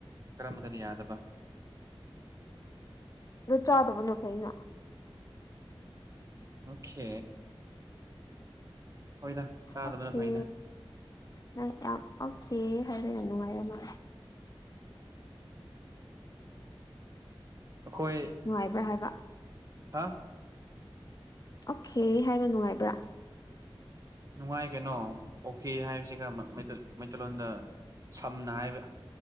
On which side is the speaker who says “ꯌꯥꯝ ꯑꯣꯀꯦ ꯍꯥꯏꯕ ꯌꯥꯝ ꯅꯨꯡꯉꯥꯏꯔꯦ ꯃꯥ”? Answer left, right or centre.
Left